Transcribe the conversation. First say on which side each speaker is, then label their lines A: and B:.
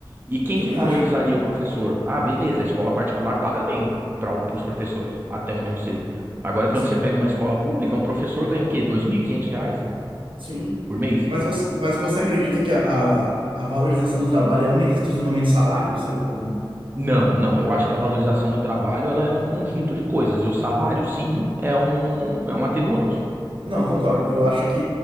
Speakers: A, on the right; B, on the right.
A: E quem
B: eu também
A: que valorizaria
B: acho.
A: o professor? Ah, beleza, a escola particular paga bem para os professores, até onde eu sei. Agora, quando
B: Sim.
A: você pega uma escola pública, um professor ganha o quê? 2.500 reais
B: Sim.
A: por mês?
B: Mas você, mas você acredita que a, a, a valorização do trabalho é única e exclusivamente salário? Você- eu-
A: Não, não, eu acho que a valorização do trabalho ela é um conjunto de coisas, e o salário, sim, é um, é um atenuante.
B: não, concordo. Eu acho que.